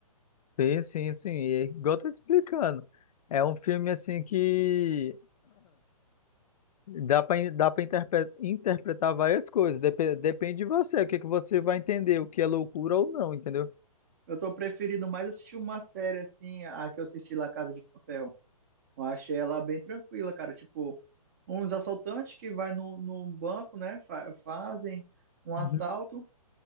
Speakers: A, on the left; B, on the right.
A: Sim, sim, sim. E é igual eu tô te explicando. É um filme assim que dá para dá para interpretar várias coisas. Depe- depende de você, o que que você vai entender, o que é loucura ou não, entendeu?
B: Eu tô preferindo mais assistir uma série assim, a que eu assisti lá Casa de Papel. Eu achei ela bem tranquila, cara. Tipo, uns assaltantes que vai no, no banco, né? fa- fazem um
A: Uhum.
B: assalto.